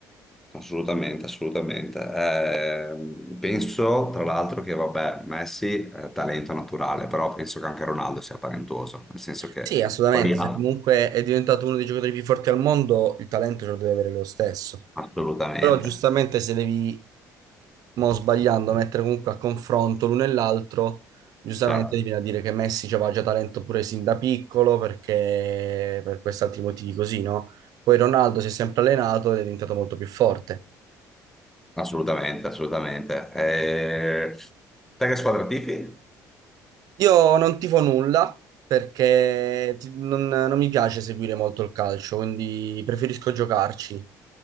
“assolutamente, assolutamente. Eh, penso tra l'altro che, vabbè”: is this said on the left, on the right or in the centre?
Centre